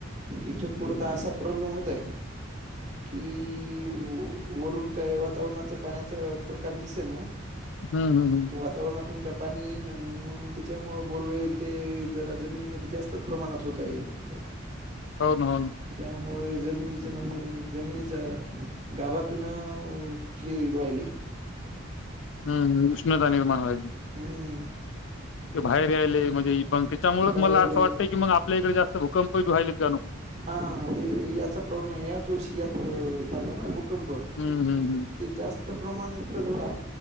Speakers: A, on the right; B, on the left.
A: इथून पुढं तर असा प्रॉब्लेम होतय कि वरून काय वातावरणाच पाण्याचा प्रकार दिसना
B: हम् हम् हम.
A: वातावरणातून काय पाणी येईन, मग त्याच्यामुळ बोरवेलं ते जरा जमिनीमध्ये जास्त प्रमाणात होत आहेत.
B: हो ना हो ना.
A: त्यामुळे जमिनीचे मंग जमिनीचा गावातून ही व्हायली
B: हम्! हम उष्णता निर्माण व्हायली.
A: हम्म.
B: ते बाहेर यायले म्हणजे मग त्याच्यामुळच
A: बाहेर
B: मला असं
A: राहिले
B: वाटतं की मग आपल्या इकडे जास्त भूकंप बी व्हालेत जणू
A: हा ते याचा प्रॉब्लेम याच वर्षी याच झाला ना भूकंप?
B: हम्म हम् हम्म.
A: ते जास्त प्रमाण तर आ